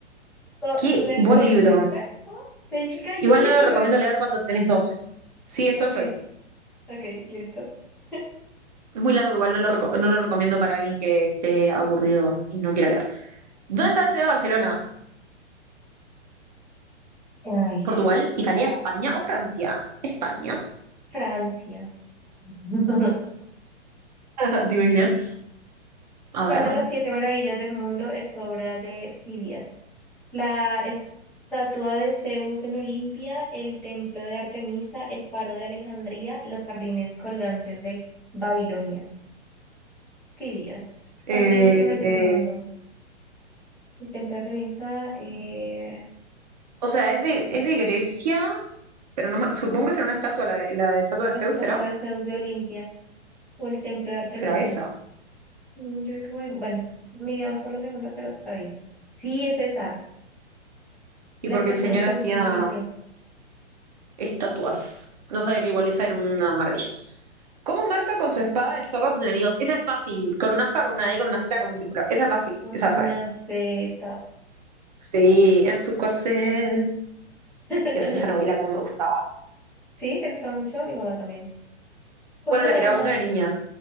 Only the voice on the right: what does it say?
Qué
buen
libro.
Igual
no
lo recomiendo
leer cuando tenés doce Sí, esto
estoy.
Es muy largo, igual no lo, reco- no lo recomiendo para alguien que esté aburrido y no quiera leer. ¿Dónde está la ciudad de Barcelona?
¿Portugal? ¿Italia? ¿España o Francia? España.
<laughs> ¿Te imaginas? A
ver.
Eh,
eh,
o sea, es de, es de Grecia, pero no me- supongo que será una estatua, la, la estatua de
Zeus,
¿será?
¿Será esa?
Y porque
el señor
hacía
estatuas. No sabía que igual esa era una maravilla. ¿Cómo marca con su espada el zorro a sus enemigos? Esa es fácil. Con una aspa, con una D, con una Z, con un círculo. Esa es fácil.
Esa
la sabes.
Sí, en su corcel.
Dios, esa novela como me gustaba.
Bueno,
la
miraba cuando era niña.